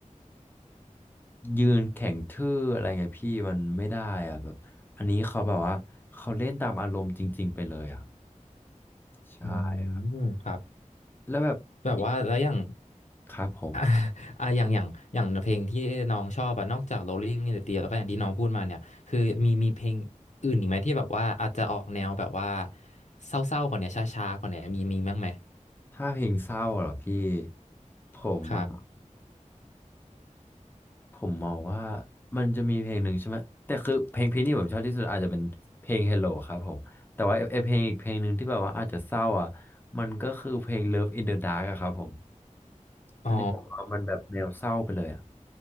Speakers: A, on the left; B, on the left.
A: ยืนแข็งทื่ออะไรเงี้ยพี่มันไม่ได้อะแบบอันนี้เขาแบบว่าเขาเล่นตามอารมณ์จริงๆไปเลยอะใช่ครับ
B: อืมครับ
A: แล้วแบบอีก
B: แบบว่าแล้วอย่าง
A: ครับผม
B: อ่า <laughs> อ่ะอย่างอย่างอย่างเพลงที่น้องชอบอะนอกจาก Rolling in the Deep แล้วก็อย่างที่น้องพูดมาเนี่ยคือมีมีเพลงอื่นอีกไหมที่แบบว่าอาจจะออกแนวแบบว่าเศร้าๆกว่าเนี้ยช้าๆกว่าเนี้ยมีมีบ้างไหม
A: ถ้าเพลงเศร้าเหรอพี่ผมอะ
B: ครับ
A: ผมมองว่ามันจะมีเพลงหนึ่งใช่ไหมแต่คือเพลงพี่นี่ผมชอบที่สุดอาจจะเป็นเพลง Hello ครับผมแต่ว่าไอ้ไอ้เพลงอีกเพลงหนึ่งที่แบบว่าอาจจะเศร้าอ่ะมันก็คือเพลง Love in the Dark อะครับผม
B: อ๋อ
A: อันนี้ผมว่ามันแบบแนวเศร้าไปเลยอะ